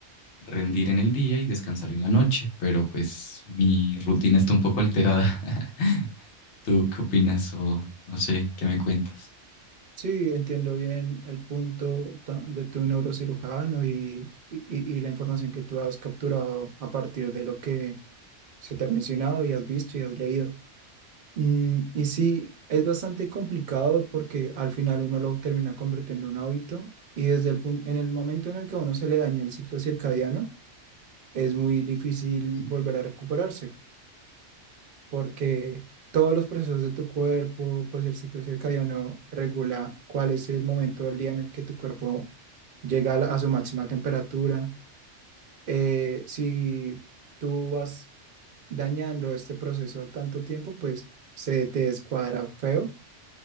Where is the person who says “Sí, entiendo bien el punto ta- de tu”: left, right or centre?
Right